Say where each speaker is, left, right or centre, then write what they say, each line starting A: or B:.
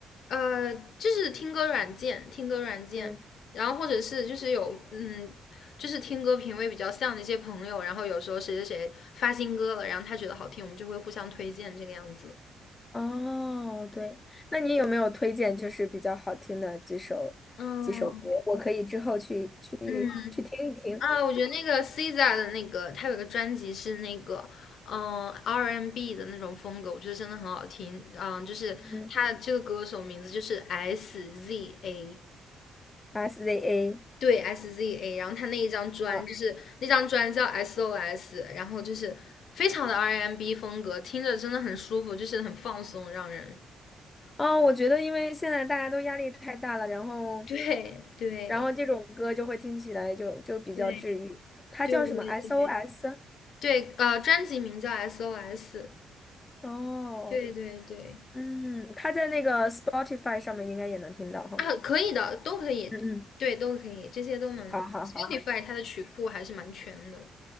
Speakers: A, on the left; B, on the left.
A: 呃，就是听歌软件，听歌软件，
B: 嗯，
A: 然后或者是就是有嗯，就是听歌品味比较像的一些朋友，然后有时候谁谁谁发新歌了，然后他觉得好听，我们就会互相推荐这个样子。
B: 哦，对，那你有没有推荐就是比较好听的几首几首歌？
A: 嗯，
B: 我可以之后去去
A: 嗯啊，
B: 去听一听。
A: 我觉得那个 SZA 的那个，他有个专辑是那个嗯 R&B 的那种风格，我觉得真的很好听。嗯，就是他这个歌手名字就是
B: 嗯
A: SZA。
B: ，SZA
A: 对 SZA，然后他那一张专就是那张专叫
B: 啊，哦，
A: SOS，然后就是非常的 R&B 风格，听着真的很舒服，就是很放松，让人
B: 哦我觉得因为现在大家都压力太大了，然后，
A: <laughs> 对对
B: 然后这种歌就会听起来就就比较治愈。
A: 对
B: 它叫什么？SOS？
A: 对对对对，呃，专辑名叫 SOS，
B: 哦，
A: 对对对
B: 嗯，它在那个 Spotify 上面应该也能听到哈。
A: 啊，可以的，都可以，
B: 嗯嗯，
A: 对，都可以，这些都能。
B: 好好好。
A: Spotify 它的曲库还是蛮全的